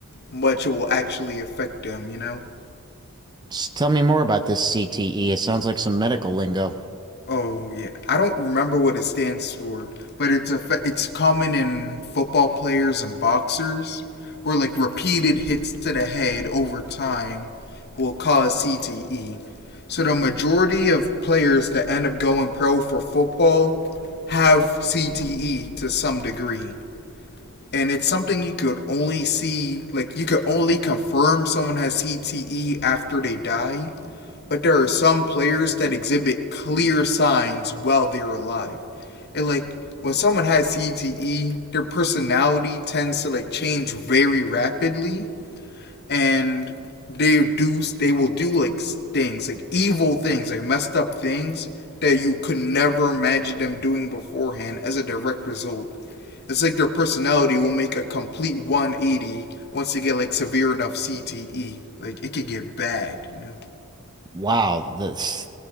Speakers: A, on the left; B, on the right.
A: much it will actually affect them. You know.
B: Just tell me more about this CTE. It sounds like some medical lingo.
A: Oh yeah, I don't remember what it stands for, but it's a it's common in football players and boxers, where like repeated hits to the head over time will cause CTE. So the majority of players that end up going pro for football have CTE to some degree, and it's something you could only see like you could only confirm someone has CTE after they die but there are some players that exhibit clear signs while they're alive. And like when someone has CTE, their personality tends to like change very rapidly, and they do they will do like things like evil things, like messed up things that you could never imagine them doing beforehand as a direct result. It's like their personality will make a complete 180 once they get like severe enough CTE. Like it could get bad, you know.
B: Wow, this